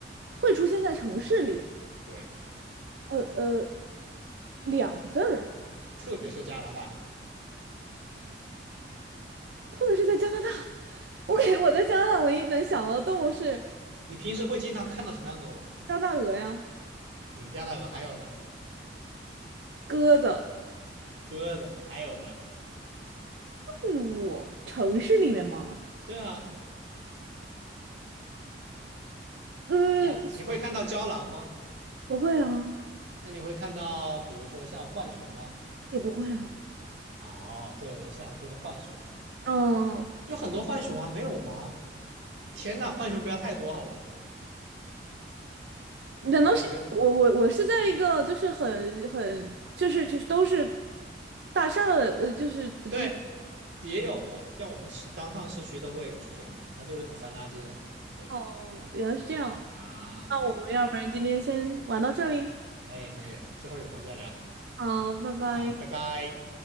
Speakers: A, on the right (about 65°); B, on the right (about 80°).
A: 会出现在城市里。
B: 对。
A: 呃呃，两个字儿，
B: 特别是加拿大。
A: 特别是在加拿大。我感觉我在加拿大唯一能想到的动物是
B: 对，你平时会经常看到什么样的动物？
A: 加拿大鹅呀、
B: 嗯，加拿大鹅还有呢，
A: 鸽子。
B: 鸽子还有呢。
A: 动物城市里面吗？
B: 对啊，
A: 嗯，
B: 你还你会看到郊狼吗？
A: 不会啊，
B: 那你会看到比如说像浣熊吗？
A: 也不会啊。
B: 哦，对，我想就是浣熊，
A: 嗯，
B: 有很多浣熊啊，没有吧？天呐，浣熊不要太多，好吧？
A: 难道是我我我是在一个就是很很就是就是都是
B: 对，我感觉
A: 大厦的呃就是的地方
B: 对也有的，像我们市当趟市区都会有出现的，它就是那种翻垃圾的。对
A: 哦，原来是这样。
B: 啊，
A: 那我们要不然今天先玩到这里，
B: 对对对，可以可以，之后有空再聊。
A: 好，拜拜。
B: 好，拜拜。